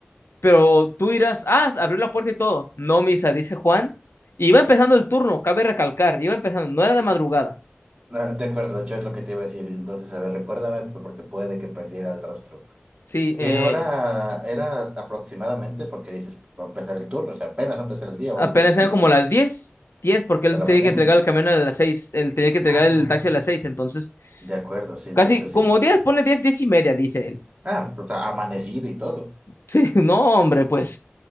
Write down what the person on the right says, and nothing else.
Ah, de acuerdo, de hecho es lo que te iba a decir. Entonces, a ver, recuérdame porque puede que perdiera el rastro.
¿Qué
hora era aproximadamente? Porque dices, va a empezar el turno, o sea, apenas va a empezar el día
o algo por el estilo,
de la
mañana.
Ah,
de acuerdo, sí, entonces
sí.
Ah, o sea, amanecido y todo.